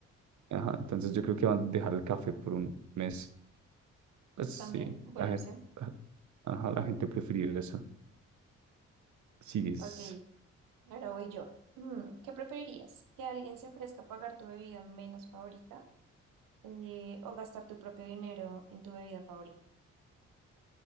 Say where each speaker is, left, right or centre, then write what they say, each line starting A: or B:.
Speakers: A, on the right; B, on the right.
A: Ajá, entonces yo creo que van a dejar el café por un mes. Pues sí,
B: También, buena
A: la gente,
B: opción.
A: ajá, la gente prefiere eso. Sigues.
B: Ok, ahora voy yo. Mm, ¿Qué preferirías? ¿Que alguien se ofrezca a pagar tu bebida menos favorita eh, o gastar tu propio dinero en tu bebida favorita?